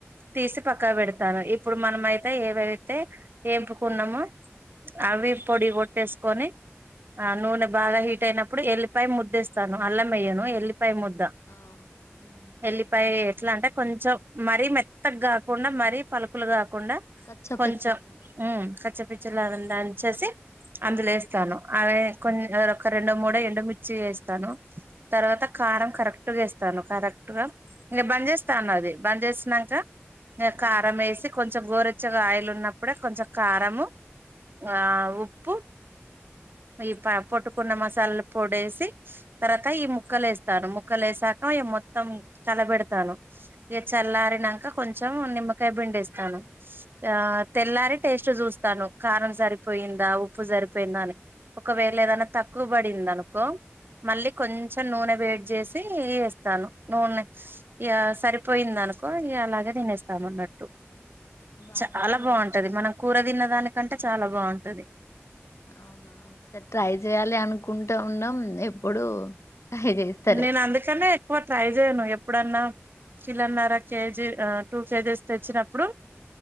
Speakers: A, on the right (about 50°); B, on the left (about 80°).
A: తీసి పక్కా పెడతాను ఇప్పుడు మనమయితే ఏవైతే ఏంపుకున్నామో అవి పొడి కొట్టేసుకొని ఆ నూనె బాగా హీట్ అయినప్పుడు ఎల్లిపాయ ముద్దేస్తాను అల్లంవేయ్యను ఎల్లిపా ముద్ద
B: ఆ ఉమ్.
A: ఎల్లిపాయ ఎట్లా అంటే కొంచెం మరీ మెత్తగా కాకుండా మరీ పలుకులు కాకు కుండా
B: కచ్చ
A: కొంచెం
B: పెచ్చద్దా
A: పచ్చి పచ్చిలాగా దంచి ఏసీ అందులో వేస్తాను అవి కొ ఒక రెండో మూడ ఎడుమిర్చి వేస్తాను తర్వాత తత కారం కరెక్ట్గాస్తాను కరెక్ట్ గా ఇంక బంద్ చేస్తాను అది బంద్ చేసినాక కారం
B: ఆ
A: వేసి కొంచెం గోరె కొచ్చగా ఆయిల్ ఉన్నప్పుడే కొంచెం కారంము ఆ ఉప్పు ఈ పొట్టుకున్న మసాలాలు పొడేసి తర్వాత ఈ ముక్కలు వేస్తాను ముక్కలు వేసాక అయ మొత్తం కలబెడతాను ఇ చల్లారినక కొంచెం నిమ్మకాయ బిండేస్తాను ఆ తెల్లారి టేస్ట్ చూస్తాను కారం సరిపోయిందా ఉప్పు సరిపోయిందా అని ఒకవేళ ఏదైనా తక్కువబడింది అనుకో మళ్ళీ కొంచెం నూనె వేడి చేసి ఇస్తాను నువ్ సరిపోయింది అనుకో ఇ అలాగే తెనిస్తాను అన్నట్టు
B: బాగుంటాయి
A: చాలా
B: కావచ్చు
A: బాగుంటది మనం కూర తిన్న దానికంటే చాలా బాగుంటది
B: అవునా సరే ట్రై చేయాలి అనుకుంటా ఉన్నాం ఇప్పుడు ట్రై చేస్తాలే
A: నేను అందుకనే ఎక్కువ ట్రై చేయను ఎప్పుడన్నా కిలన్నర కేజీ టూ కేజీస్ తెచ్చినప్పుడు